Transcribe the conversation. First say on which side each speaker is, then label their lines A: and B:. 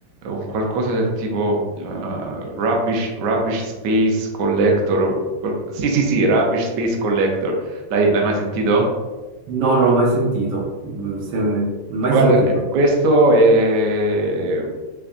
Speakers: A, on the right (about 65°); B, on the right (about 80°).
A: un qualcosa del tipo eh, rubbish, rubbish Space Collector. un qual- Sì, sì, sì, Rubbish Space Collector. L'hai l'hai mai sentito?
B: No, non l'ho mai sentito. Mm, se- Mai
A: Guarda,
B: sentito.
A: eh, questo è